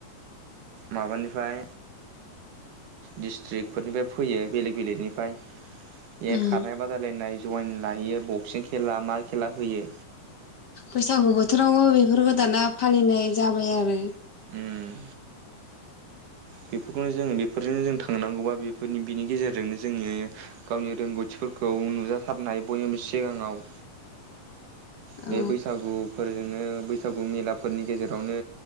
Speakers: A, on the right (about 65°); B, on the left (about 50°).
A: माबानिफ्राय डिस्ट्रिक फोरनिफ्राय फैयो बेलेग बेलेगनिफ्राय ए
B: उम
A: खारनाय बादायलायनाय जइन लाहैयो बक्सिं खेला मा खेला होयो
B: बैसागु बोथोरावबो बेफोर दाना फालिनाय जाबाय आरो।
A: उम। बेफोरखौनो जोङो बेफोरजोंनो जों थांनांगौ बा बेफोरनि बिनि गेजेरजोंनो जोङो गावनि रोंगौथिफोरखौ नुजाथारनाय बयनिबो सिगाङाव बे
B: औ
A: बैसागुफोरजोंनो बैसागु मेलाफोरनि गेजेरावनो